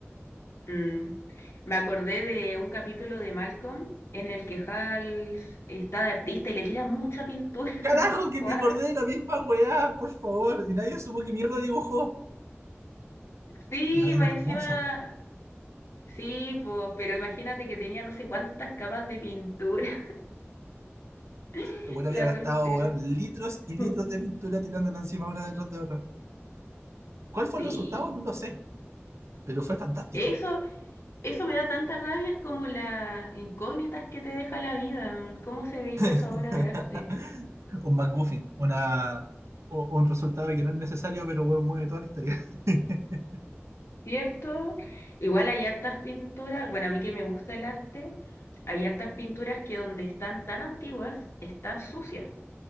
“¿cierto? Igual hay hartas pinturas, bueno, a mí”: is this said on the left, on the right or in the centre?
Left